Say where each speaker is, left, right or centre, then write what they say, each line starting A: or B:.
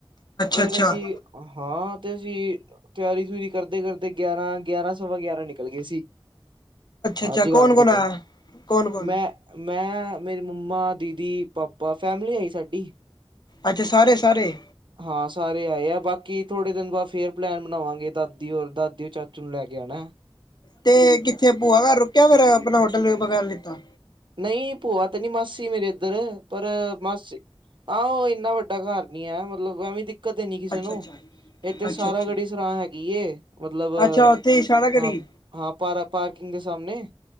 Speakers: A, on the right (about 65°); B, on the left (about 50°).
A: ਫੇਰ
B: ਅੱਛਾ ਅੱਛਾ
A: ਅਸੀਂ ਹਾਂ ਤੇ ਅਸੀਂ ਤਿਆਰੀ ਤੂਰੀ ਕਰਦੇ ਕਰਦੇ ਗਿਆਰਾਂ ਗਿਆਰਾਂ ਸਵਾ ਗਿਆਰਾਂ ਨਿਕਲ ਗਏ ਸੀ। ਹਾਂ
B: ਅੱਛਾ
A: ਜਗਾਦਰੀ
B: ਕੌਣ ਕੌਣ
A: ਤੋਂ
B: ਆਇਆ ਕੌਣ ਕੌਣ
A: ਮੈਂ ਮੈਂ ਮੇਰੀ ਮੰਮਾ ਦੀਦੀ ਪਾਪਾ ਫੈਮਲੀ ਆਈ ਸਾਡੀ,
B: ਅੱਛਾ ਸਾਰੇ, ਸਾਰੇ,
A: ਹਾਂ ਸਾਰੇ ਆਏ ਆ ਬਾਕੀ ਥੋੜੇ ਦਿਨ ਬਾਅਦ ਫੇਰ ਪਲੈਨ ਬਣਾਵਾਂਗੇ ਦਾਦੀ ਔਰ ਦਾਦੀ ਔਰ ਚਾਚੂ ਨੂੰ ਲੈ ਕੇ ਆਉਣਾ,
B: ਤੇ ਕਿੱਥੇ ਭੂਆ ਘਰ ਰੁਕਿਆ ਫੇਰ ਆਪਣਾ ਹੋਟਲ ਵਗੈਰਾ ਲਿੱਤਾ,
A: ਨਹੀਂ ਭੂਆ ਤੇ ਨੀ ਮਾਸੀ ਮੇਰੇ ਇੱਧਰ ਪਰ ਮਾਸੀ ਆਹੋ ਉਹ ਇੰਨਾ ਵੱਡਾ ਘਰ ਨੀ ਹੈ ਮਤਲਬ ਐਵੇਂ ਦੀ ਦਿੱਕਤ ਨੀ ਕਿਸੇ
B: ਅੱਛਾ
A: ਨੂੰ
B: ਅੱਛਾ
A: ਇੱਥੇ ਸਾਰਾ
B: ਅੱਛਾ ਅੱਛਾ
A: ਗੜੀ ਸਂਰਾ ਹੈਗੀ ਏ, ਮਤਲਬ
B: ਅੱਛਾ ਉੱਥੇ ਇਸ਼ਾਰਾ ਕਰੀ
A: ਹਾਂ ਹਾਂ ਪਾਰ ਪਾਰਕਿੰਗ ਦੇ ਸਾਹਮਣੇ